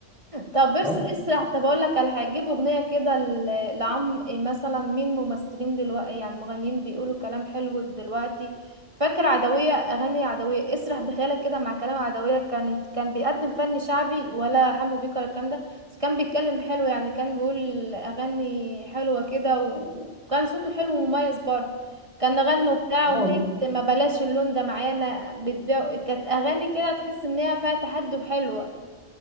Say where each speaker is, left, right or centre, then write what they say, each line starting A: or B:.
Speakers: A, on the right; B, in the centre.
A: طب برسى
B: اه
A: اسرح طب اقول لك على حاجه جيب اغنيه كده ل- لعم إيه مثلا مين ممثلين دلوقتي يعني مغنيين بيقولوا كلام حلو دلوقتي فاكر عدويه اغاني عدويه اسرح بخيالك كده مع كلام عدويه كانت كان بيقدم فن شعبي ولا حمو بيكا ولا الكلام ده بس كان بيتكلم حلو يعني كان بيقول اغاني حلوه كده و- وكان صوته حلو ومميز برضه كان غنوا بتاع
B: ما
A: اغنيه
B: هو
A: ما بلاش اللون ده معانا بتبيع كانت اغاني كده تحس ان هي فيها تحدي وحلوه